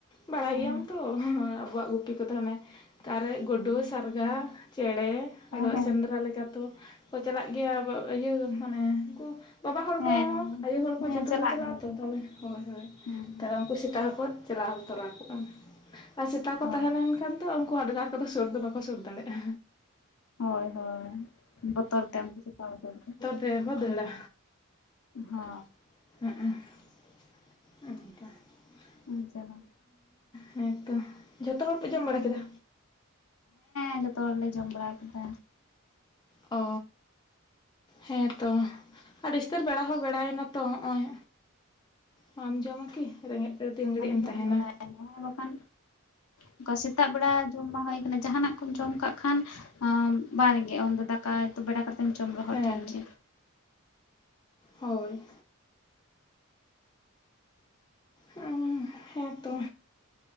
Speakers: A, on the left (about 20°); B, on the left (about 75°).
A: ᱵᱟᱲᱟᱭ
B: ᱦᱮᱸ
A: ᱜᱮᱭᱟᱢ ᱛᱚ ᱟᱵᱚᱣᱟᱜ ᱜᱩᱯᱤ ᱠᱚ ᱛᱟᱦᱮᱱᱮ ᱠᱟᱨᱮᱡ ᱜᱩᱰᱩ, ᱥᱟᱨᱜᱟ, ᱪᱮᱬᱮ ᱟᱫᱚ
B: ᱦᱮᱸ
A: ᱥᱮᱸᱫᱽᱨᱟ ᱞᱮᱠᱟ ᱛᱚ ᱠᱚ ᱪᱟᱞᱟᱜ ᱜᱮᱭᱟ ᱟᱵ ᱤᱭᱟᱹ ᱢᱟᱱᱮ ᱩᱱᱠᱩ ᱵᱟᱵᱟ ᱦᱚᱲ
B: ᱦᱮᱸ
A: ᱠᱚᱦᱚᱸ ᱟᱭᱩ ᱦᱚᱲ ᱠᱚᱸ
B: ᱦᱮᱸ
A: ᱡᱚᱛᱚ
B: ᱪᱟᱞᱟᱜ
A: ᱠᱚ ᱪᱟᱞᱟᱜ-ᱟ
B: ᱜᱮᱭᱟ
A: ᱛᱚ ᱛᱟᱦᱮ ᱦᱳᱭ ᱦᱳᱭ
B: ᱦᱮᱸ
A: ᱩᱱᱠᱩ ᱥᱮᱛᱟ ᱦᱚᱸᱠᱚ ᱪᱟᱞᱟᱣ ᱛᱚᱨᱟ ᱠᱚᱜᱼᱟ ᱟᱨ ᱥᱮᱛᱟ ᱠᱚ
B: ᱚ
A: ᱛᱟᱦᱮᱸ ᱞᱮᱱ ᱠᱷᱟᱱ ᱛᱚ ᱩᱱᱠᱩ ᱟᱰᱜᱟᱨ ᱠᱚᱫᱚ ᱥᱩᱨ ᱫᱚ ᱵᱟᱠᱚ ᱥᱩᱨ ᱫᱟᱲᱮᱭᱟᱜᱼᱟ᱾
B: ᱦᱳᱭ ᱦᱳᱭ ᱵᱚᱛᱚᱨ ᱛᱟᱭᱚᱢ ᱠᱚ ᱥᱮᱛᱟ ᱵᱚᱛᱚᱨ᱾
A: ᱯᱮ ᱦᱚᱸ ᱫᱟᱲᱟ
B: ᱦᱚ
A: <inaudible>
B: ᱚ ᱡᱟᱞᱟ
A: ᱦᱮᱸᱛᱚ᱾ ᱡᱷᱚᱛᱚ ᱦᱚᱲ ᱯᱮ ᱡᱚᱢ ᱵᱟᱲᱟ ᱠᱮᱫᱟ?
B: ᱸ ᱡᱚᱛᱚ ᱦᱚᱲᱞᱮ ᱡᱚᱢ ᱵᱟᱲᱟ ᱠᱮᱫᱟ᱾
A: ᱚ ᱦᱮᱸᱛᱚ᱾ᱟᱹᱰᱤ ᱩᱥᱛᱟᱹᱨ ᱵᱮᱲᱟ ᱦᱚᱸ ᱵᱮᱲᱟᱭᱮᱱᱟ ᱛᱚ ᱱᱚᱜᱼᱚᱭ ᱟᱢ ᱡᱚᱢᱟ ᱠᱤ ᱨᱮᱸᱜᱮᱡ ᱛᱮ ᱛᱤᱱ ᱜᱷᱟᱹᱲᱤᱡ
B: ᱟᱹᱰᱤᱜᱟᱱ
A: ᱮᱢ ᱛᱟᱦᱮᱱᱟ
B: ᱵᱮᱲᱟᱭᱟ <inaudible> ᱦᱮᱸ ᱵᱟᱠᱷᱟᱱ ᱚᱱᱠᱟ ᱥᱮᱛᱟᱜ ᱵᱮᱲᱟ ᱡᱚᱢ ᱦᱩᱭᱟ ᱟᱠᱟᱱᱟ ᱡᱟᱦᱟᱱᱟᱜ ᱠᱚᱢ ᱡᱚᱢ ᱠᱟᱜ ᱠᱷᱟᱱ ᱵᱟᱝ ᱨᱮᱸᱜᱮᱡ ᱩᱱᱫᱚ ᱰᱟᱠ <unintelligible> ᱵᱮᱲᱟ ᱠᱟᱛᱮᱢ ᱡᱚᱢ ᱨᱮᱦᱚᱸ
A: ᱦᱮᱸ
B: ᱴᱷᱤᱠ ᱜᱮ᱾
A: ᱦᱳᱭ ᱦᱚ ᱦᱳᱭᱛᱚ